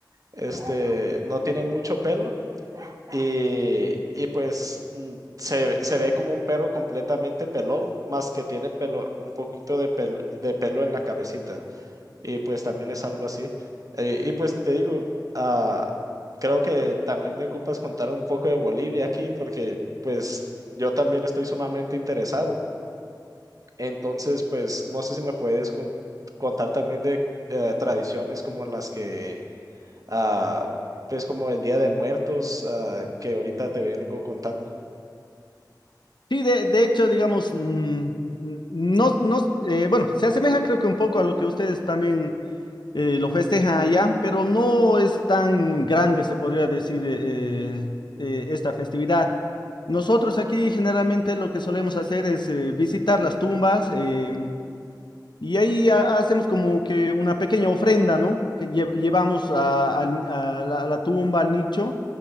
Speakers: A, on the right; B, on the left.
A: Este, no tiene mucho pelo. Y, y pues mm, se, se ve como un perro completamente pelón, más que tiene pelo, un poquito de, pel- de pelo en la cabecita y pues también es algo así. Eh, y pues te digo, ah, creo que también me ocupas contar un poco de Bolivia aquí porque pues yo también estoy sumamente interesado. Entonces, pues no sé si me puedes con- contar también de eh, tradiciones como las que, ah, pues como el Día de Muertos, ah, que ahorita te vengo contando.
B: Sí, de, de hecho, digamos, mm, mm, no, no, eh, bueno, se asemeja creo que un poco a lo que ustedes también eh, lo festejan allá, pero no es tan grande, se podría decir, eh, eh, esta festividad. Nosotros aquí generalmente lo que solemos hacer es eh, visitar las tumbas. eh, Y ahí ha- hacemos como que una pequeña ofrenda, ¿no? Que lle- llevamos a, al- a la, a la tumba, al nicho,